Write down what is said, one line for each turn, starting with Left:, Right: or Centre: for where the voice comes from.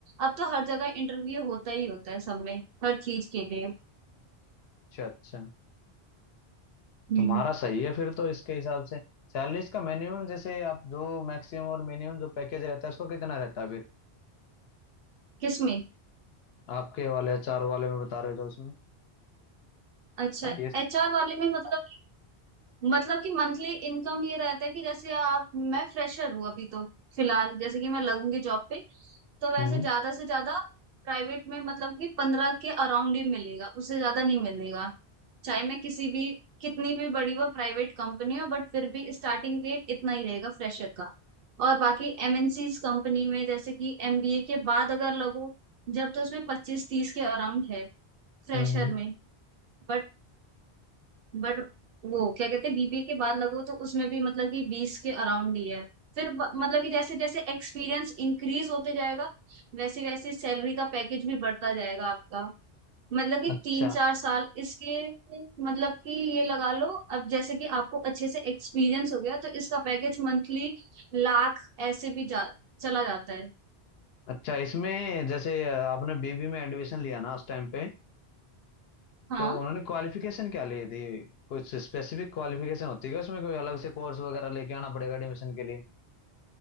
Right: अब तो हर जगह इंटरव्यू होता ही होता है सब में हर चीज के लिए
Left: अच्छा अच्छा
Right: हम्म
Left: तुम्हारा सही है फिर तो इसके हिसाब से सैलरी इसका मिनिमम जैसे आप जो मैक्सिमम और मिनिमम जो पैकेज रहता है उसको कितना रहता है
Right: किसमें
Left: आपके वाले चार वाले में बता रहे हो जो इसमें
Right: अच्छा
Left: आईएएस
Right: एचआर वाले में मतलब कि मतलब कि मंथली इनकम ये रहता है कि जैसे आप मैं फ्रेशर हूँ अभी तो फिलहाल जैसे कि मैं लगूंगी जॉब पे तो वैसे
Left: हम्म
Right: ज्यादा से ज्यादा प्राइवेट में मतलब कि पंद्रह के अराउंड ही मिलेगा उससे ज्यादा नहीं मिलेगा चाहे मैं किसी भी कितनी भी बड़ी वो प्राइवेट कंपनी हो बट फिर भी स्टार्टिंग रेट इतना ही रहेगा फ्रेशर का और बाकी एमएनसीज कंपनी में जैसे कि एमबीए के बाद अगर लगो जब तो उसमें पच्चीस तीस के अराउंड है फ्रेशर
Left: हम्म हम्म।
Right: में बट बट वो क्या कहते हैं बीबीए के बाद लगो तो उसमें भी मतलब कि बीस के अराउंड ही है फिर ब- मतलब कि जैसे जैसे एक्सपीरियंस इंक्रीज होते जाएगा वैसे वैसे सैलरी का पैकेज भी बढ़ता जाएगा आपका मतलब कि
Left: अच्छा
Right: तीन चार साल इसके मतलब कि ये लगा लो अब जैसे कि आपको अच्छे से एक्सपीरियंस हो गया तो इसका पैकेज मंथली लाख ऐसे भी जा चला जाता है
Left: अच्छा इसमें जैसे आपने बीबी में एडमिशन लिया ना उस टाइम पे
Right: हाँ
Left: तो उन्होंने क्वालिफिकेशन क्या ली थी कुछ स्पेसिफिक क्वालिफिकेशन होती है क्या उसमें कोई अलग से कोर्स वगैरह लेके आना पड़ेगा एडमिशन के लिए